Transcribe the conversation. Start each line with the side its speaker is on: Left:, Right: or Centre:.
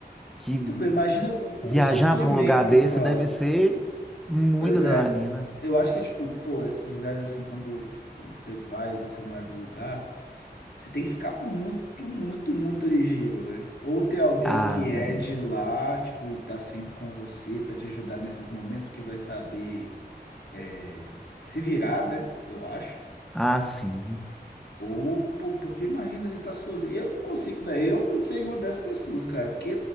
Centre: que
Left: tudo bem, imagina o, o-
Centre: viajar
Left: o sofrimento,
Centre: para um lugar desse
Left: cara.
Centre: deve ser muita
Left: Pois
Centre: adrenalina.
Left: é, eu acho que, tipo, pô, esses lugares assim, quando você vai e você não é do lugar, você tem que ficar muito, muito, muito ligeiro, velho. Ou ter alguém
Centre: Ah,
Left: que é
Centre: bem.
Left: de lá, tipo, e tá sempre com você pra te ajudar nesses momentos, porque vai saber é, se virar, né? Eu acho.
Centre: Ah, sim.
Left: Ou, pô, porque imagina, você tá sozinho. Eu não consigo, velho. Eu seria uma dessas pessoas, cara. Porque